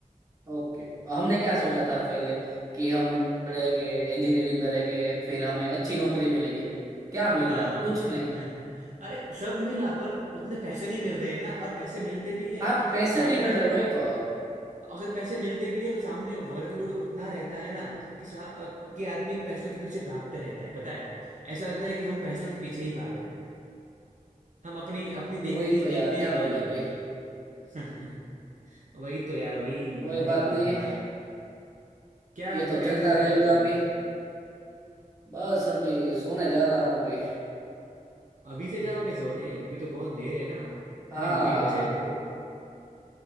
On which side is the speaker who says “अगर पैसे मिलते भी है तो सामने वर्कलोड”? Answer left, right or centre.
Right